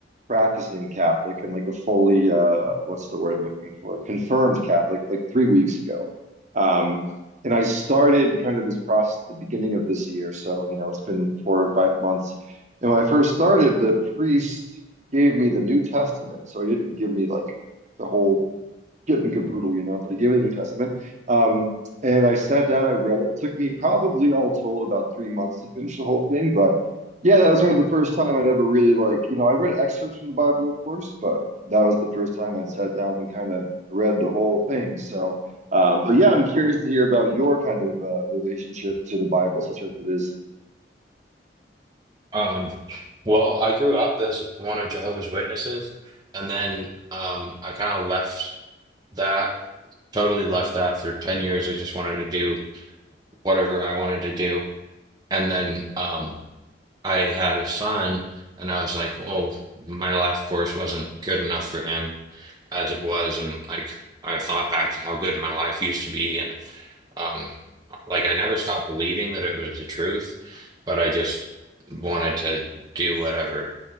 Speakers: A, on the right; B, on the right.
A: practicing Catholic and like a fully uh, what's the word I'm looking for? Confirmed Catholic, like three weeks ago. Um, and I started kind of this process at the beginning of this year, so you know it's been four or five months. And when I first started, the priest gave me the New Testament, so he didn't give me like the whole getting caboodle, you know, but he gave me the New Testament. Um, and I sat down, I read it. It took me probably all told about three months to finish the whole thing. But yeah, that was kind of the first time I'd ever really like, you know, I read excerpts from the Bible, of course, but that was the first time I'd sat down and kind of read the whole thing. So, um, but yeah, I'm curious to hear about your kind of uh, relationship to the Bible, such as it is.
B: Um, well, I grew up as one of Jehovah's Witnesses, and then um, I kind of left that, totally left that for 10 years. I just wanted to do whatever I wanted to do. And then um, I had a son, and I was like, oh, my life course wasn't good enough for him. as it was and like I thought back to how good my life used to be and um like I never stopped believing that it was the truth, but I just wanted to do whatever.